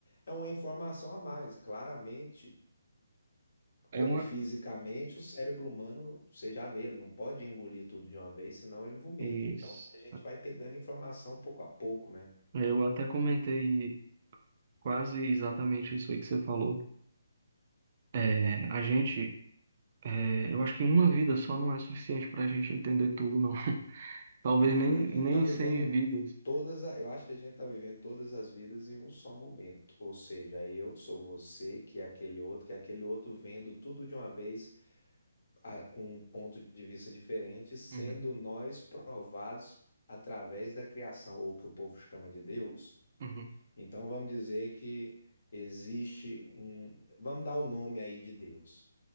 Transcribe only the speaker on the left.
é uma informação a mais. Claramente como
fisicamente, o cérebro humano, você já vê, ele não pode engolir tudo de uma vez, senão ele vomita.
Então, a gente vai pegando informação pouco a pouco, né?
A
gente
tá vivendo
todas, a- eu acho que a gente tá vivendo todas as vidas em um só momento. Ou seja, eu sou você, que é aquele outro, que é aquele outro vendo tudo de uma vez, a- com um ponto de vista diferente, sendo
nós provados através da criação, ou o que o povo chama de Deus.
Então vamos dizer que existe um. Vamos dar o nome aí de Deus.